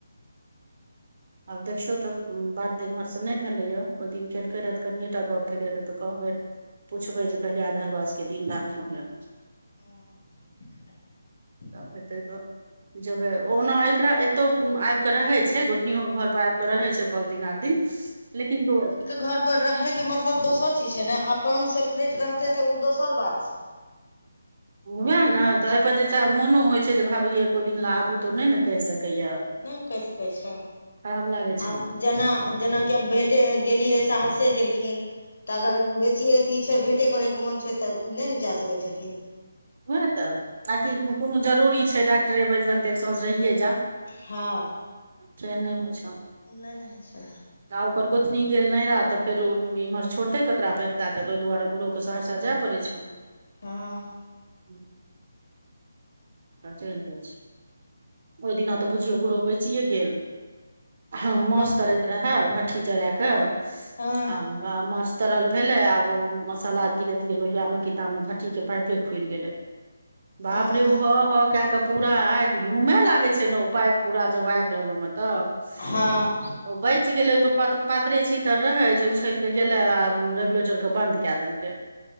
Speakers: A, on the right; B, on the left.
A: आब देखियौ तऽ बात तऽ इमहर से नहि भेलै य ओइ दिन केलक र तऽ कनियेटा गप भेलै रहे तऽ कहबै पुछबै जे कहिया घरवासके दिन राखलहुँ ये
B: <inaudible>
A: तब हेतै तऽ जेबै ओहना एकरा ए ओतौ आबि कऽ रहै छै गोतनियो के घर पर आबि कऽ रहे छै पांच दिन आठ दिन लेकिन दो
B: घर पर रहे के मतलब दोसर चीज छै ने अपन सेपरेट रहतै तऽ ओ दोसर बात छै
A: उएह न तऽ एहिपर जे मोनो होइ छै जे भाभी एको दिन ल आबू तऽ नइ न कहि सकैया
B: नइ न कहि सकै छै
A: खराब लागै छै
B: आब जेना जेनाकि आब भेँटे गेलियै सहरसे गेलखिन तऽ अगर बेसी अथी छै भेटे करयके मोन छै तऽ नइ न जा सकै छथिन
A: उहए न तऽ आ कि कोनो जरूरी छै डॉक्टरे बैद्य लग तऽ एक सांझ रहिए जाउ
B: हँ
A: से नइ होइ छै
B: नइ नइ होइ छै
A: त ओकर गोतनी गेल नैहरा तऽ फेर इम्हर छोड़तै ककरा पर एकता के तऽ तै दुआरे बुढो सहरसा जाय पड़ै छौ
B: हँ
A: <inaudible> आ चलि जाय छै ओइ दिना तऽ बुझियौ गुरु बचिेए गेल हँ माछ
B: कोन
A: तरै रहै भट्ठी जराय क
B: हँ
A: आ माछ तरल भेलै आब ओ मसाला गिरैतिय लोहियाम की ताइमे भट्टी के पाइपे खुलि गेलै बाप
B: हँ
A: रे उ ह ह क के पूरा आग घूमे लागे छै ने पाइ पूरा जबइ रहलो में तब <unintelligible>
B: हँ
A: ओ बचि गेलै ओ तऽ पातरे छीतर रहै जे उछलि कऽ गेलै आ रेगुलेटरके बंन्द क देलकै